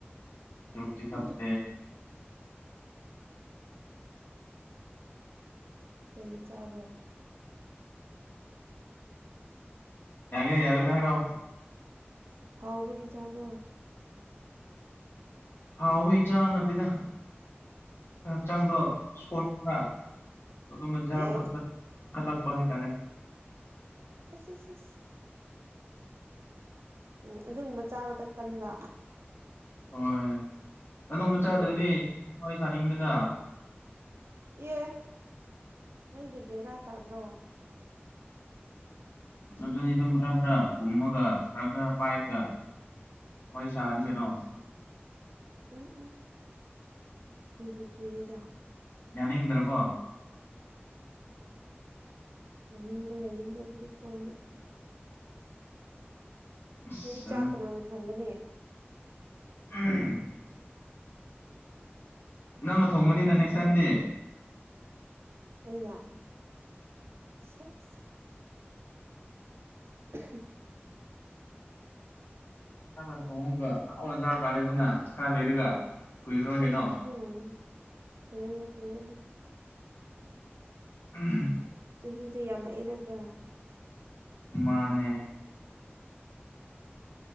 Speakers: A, on the left (about 60°); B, on the right (about 70°).
A: ꯆꯨꯔꯨꯞꯇꯤ ꯊꯛꯇꯦ
B: ꯕꯨ ꯀꯩꯒꯤ ꯆꯥꯕ꯭ꯔꯣ
A: ꯌꯥꯒꯦꯔ ꯌꯥꯔꯣꯏꯗ꯭ꯔ ꯍꯥꯏꯔꯛꯑꯣ
B: ꯍꯥꯎꯕꯒꯤ ꯆꯥꯕ꯭ꯔꯣ
A: ꯍꯥꯎꯕꯒꯤ ꯆꯥꯕ ꯅꯠꯇꯦꯗ ꯍꯛꯆꯥꯡꯗꯣ ꯁꯣꯟꯕ ꯑꯗꯨꯉꯟ ꯆꯥꯕ
B: ꯑꯦ
A: ꯊꯛꯄꯗ ꯀꯜꯂꯛꯄ ꯍꯥꯏꯇꯥꯔꯦ
B: ꯑꯁ ꯑꯁ ꯑꯁ ꯎꯝ ꯑꯗꯨꯒꯨꯝꯕ ꯆꯥꯕꯗ ꯀꯟꯕ
A: ꯍꯣꯏ ꯑꯗꯨꯒꯨꯝꯕ
B: ꯑꯣ
A: ꯆꯥꯗ꯭ꯔꯗꯤ
B: ꯑꯣ
A: ꯋꯥꯔꯤ ꯁꯥꯅꯤꯡꯗꯦꯗ
B: ꯑꯦ ꯅꯪꯗꯤ ꯕꯦꯔꯥ ꯇꯥꯗ꯭ꯔꯣ
A: ꯑꯥꯗꯨꯅꯤ ꯗꯨꯝ ꯈꯔ ꯈꯔ ꯎꯝꯃꯒ ꯈꯔ ꯈꯔ ꯄꯥꯏꯔꯒ ꯋꯥꯔꯤ ꯁꯥꯔꯅꯤ ꯀꯩꯅꯣ
B: ꯎꯝ ꯎꯝ ꯀꯤꯕꯨ ꯀꯤꯔꯦꯗ
A: ꯌꯥꯅꯤꯡꯗ꯭ꯔꯥꯕꯣ
B: ꯌꯥꯅꯤꯡꯕ ꯌꯥꯅꯤꯡꯗꯕꯗꯤ ꯀꯣꯟꯅ
A: ꯑꯁ
B: ꯅꯣꯏꯗꯤ ꯆꯥꯛ
A: ꯑꯗꯨ
B: ꯀꯅꯥꯅ ꯊꯣꯡꯒꯅꯤ
A: ꯑꯝ ꯅꯪꯅ ꯊꯣꯡꯉꯅꯤꯅ ꯅꯦꯛꯁ ꯇꯥꯏꯝꯗꯤ
B: ꯑꯩꯅ ꯁꯦꯁ <unintelligible>
A: ꯅꯪꯅ ꯊꯣꯡꯉꯒ ꯍꯥꯎꯅ ꯆꯥꯕ ꯇꯥꯔꯦꯗꯅ ꯈꯔ ꯂꯩꯔꯒ ꯀꯨꯏꯔꯔꯣꯏ ꯀꯩꯅꯣ
B: ꯎꯝ ꯀꯨꯏꯔꯔꯣꯏ ꯀꯨꯏꯔꯔꯣꯏ
A: ꯎꯝ
B: ꯆꯍꯤꯗꯨ ꯌꯥꯝꯃꯛꯑꯦ ꯅꯠꯇ꯭ꯔꯥ
A: ꯃꯥꯟꯅꯦ